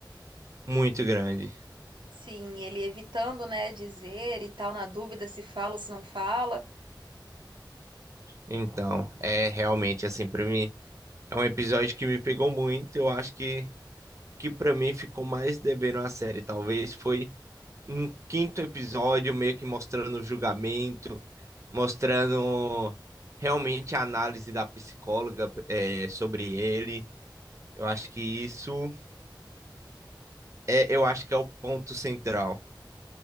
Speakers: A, on the right; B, on the right.
A: muito grande.
B: sim. Ele evitando, né, dizer e tal, na dúvida se fala ou se não fala.
A: Então, é realmente, assim, pra mim, é um episódio que me pegou muito, eu acho que, que para mim ficou mais devendo a série, talvez foi um quinto episódio meio que mostrando o julgamento, mostrando realmente a análise da psicóloga é, sobre ele. Eu acho que isso é, eu acho que é o ponto central.